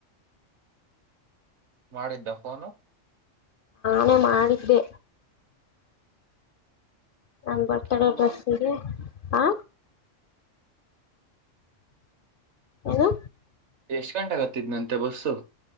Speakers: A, on the right; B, on the left.
A: ಮಾಡಿದ್ದ ಫೋನು
B: ನೇ ಮಾಡಿದ್ದೆ ನಾ ಬರ್ತಡೆ
A: ಫೋನು
B: ಡ್ರಸ್ಿಗೆ ಹಾ ಹ
A: ಎಷ್ಟ್ ಗಂಟೆ ಆಗತ್ತಿದ್ ನಂತೆ ಬಸ್ಸು